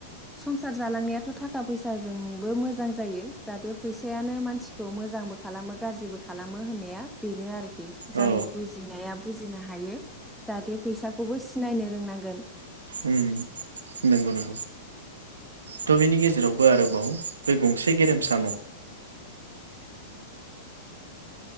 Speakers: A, in the centre; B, on the right (about 80°).
A: संसार जालांनायाथ' थाखा फैसाजोंबो मोजां जायो जाहाथे फैसायानो मानसिखौ मोजांबो खालामो गाज्रिबो खालामो होननाया बेनो आरो जाय
B: औ
A: बुजिनाया बुजिनो हायो। हो। जाहाथे फैसाखौबो सिनायनो रोंनां। गोन।
B: उम नंगौ नंगौ थ' बेनि गेजे। जेरावबो आरोबाव बे गंसे गेरेमसा।